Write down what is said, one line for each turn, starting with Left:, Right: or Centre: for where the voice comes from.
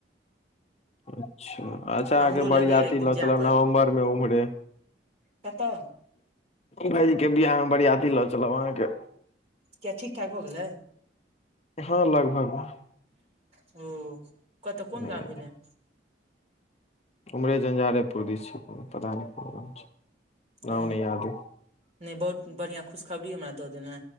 Left: अच्छा अच्छा
Right: हमरो
Left: अहाँके बरियात
Right: लगैया एक दिन
Left: ल
Right: जाय
Left: चल ब
Right: पड़त
Left: नवम्बरमे उम्हरे।
Right: कतऽ
Left: भाईजीके बियाहमे बरियाती लऽ चलब अहाँके।
Right: किया ठीक ठाक भ गेलै।
Left: हँ लगभग।
Right: हु कतऽ
Left: ह
Right: कोन गाँव भेलै।
Left: उमरे झंझारपुर दी छै पता नहि नाम
Right: हु
Left: नहि याद
Right: नहि बहुत बढ़ियां खुशखबरी हमरा दऽ देला